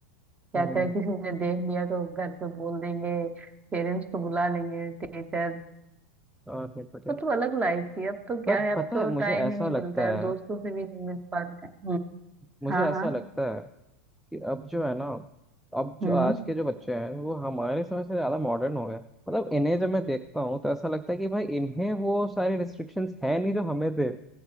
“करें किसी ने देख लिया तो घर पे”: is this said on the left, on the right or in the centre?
Right